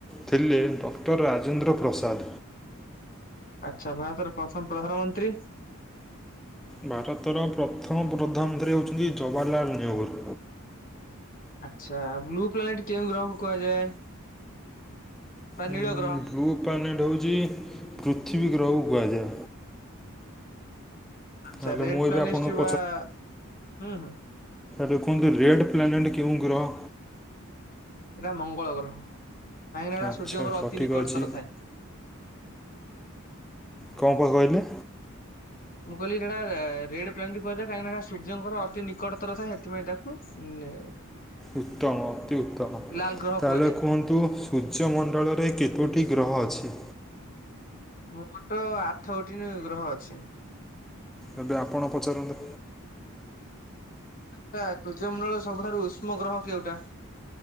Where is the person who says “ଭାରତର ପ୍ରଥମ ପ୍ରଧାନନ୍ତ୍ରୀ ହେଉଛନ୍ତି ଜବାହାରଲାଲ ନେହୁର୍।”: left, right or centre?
Centre